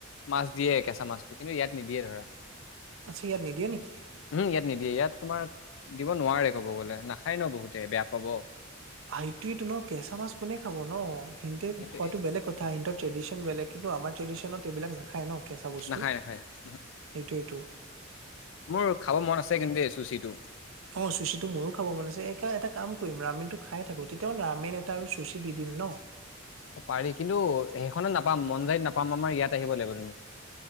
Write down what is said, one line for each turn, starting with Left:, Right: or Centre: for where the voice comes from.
Left: মাছ দিয়ে কেচা মাছটো, কিন্তু ইয়াত নিদিয়ে ধৰা।
Right: আচ্ছা ইয়াত নিদিয়ে নেকি
Left: ওহো ইয়াত নিদিয়ে, ইয়াত তোমাৰ দিব নোৱাৰে ক'ব গলে নাখায় ন বহুতে বেয়া পাব।
Right: সেইটোৱেটো ন কেঁচা মাছ কোনে খাব ন সিহ'তে
Left: সেইটোৱে
Right: খোৱাতো বেলেগ কথা। কথা সিহ'তৰ ট্ৰেডিশ্যন বেলেগ, কিন্তু আমাৰ ট্ৰেডিশ্যনত এইবিলাক নাখায় ন কেঁচা বস্তু
Left: নাখায় নাখায় উহু,
Right: সেইটোৱেইটো।
Left: মোৰ খাব মন আছে কিন্তু দেই চুচিটো
Right: অ' চুচিটো মোৰো খাব মন আছে, একা এটা কাম কৰিম আমিতো খাই থাকো তেতিয়া হ'লে ৰামেন এটা আৰু চুচী দি দিম ন
Left: পাৰি কিন্তু সেইখনত নাপাম মন যায়ত নাপাম, আমাৰ ইয়াত আহিব লাগিব তুমি